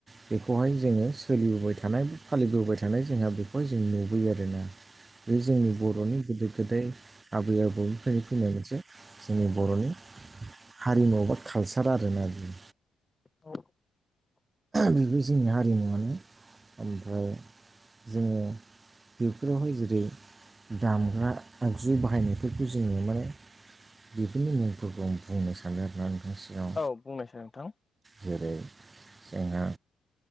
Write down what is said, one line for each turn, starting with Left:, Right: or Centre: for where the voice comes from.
Right: बेखौहाय जोङो सोलिबोबाय थानाय फालिबोबाय थानाय जोंहा बेखौहाय जों नुबोयो आरोना। बे जोंनि बर'नि गोदो-गोदाय आबै-आबौ फैनो फैनाय मोनसे जोंनि बर'नि हारिमु बा कालसार आरोना बे।
Left: औ
Right: बेबो जोंनि हारिमुवानो। ओमफ्राय जोङो बेफोरावहाय जेरै दामग्रा आगजु बाहायनायफोरखौ जोङो माने बेफोरनि मुंफोरखौ आं बुंनो सानदों आर ना नोंथांनि सिगाङाव।
Left: औ बुंनायसै नोंथां।
Right: जेरै जोङो